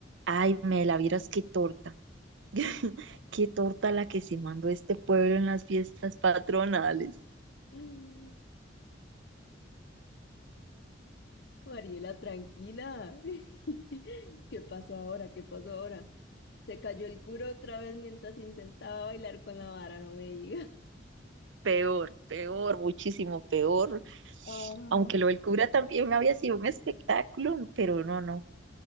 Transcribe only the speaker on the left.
<laughs> Mariela, tranquila. <laughs> ¿Qué pasó ahora? ¿Qué pasó ahora? Se cayó el curo otra vez mientras intentaba bailar con la vara, no me diga. <laughs>
Ah.